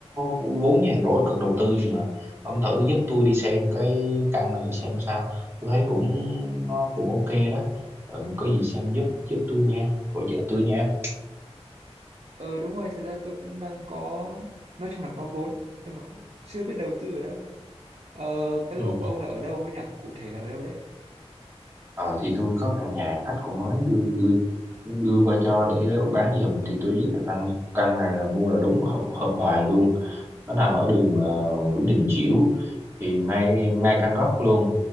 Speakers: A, on the right; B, on the right.
A: vốn nhàn rỗi cần đầu tư gì mà ông thử giúp tôi đi xem cái căn này xem sao tôi thấy cũng nó cũng ok đó ừ, có gì xem giúp giúp tôi nha hỗ trợ tôi nha
B: Ờ đúng rồi, thật ra tôi cũng đang có, nói chung là có vốn, nhưng mà cũng chưa biết đầu tư ở đâu. Ờ, cái
A: ừ.
B: lô của ông là ở đâu ấy nhỉ? Cụ thể là ở đâu đấy?
A: Ờ thì tôi có căn nhà khách cũng mới đưa đưa đưa qua cho để bán giùm thì tôi giới thiệu ăn căn này là mua là đúng hợp hợp bài luôn nó nằm ở đường ờ, Nguyễn Đình Chiểu thì ngay ngay căn góc luôn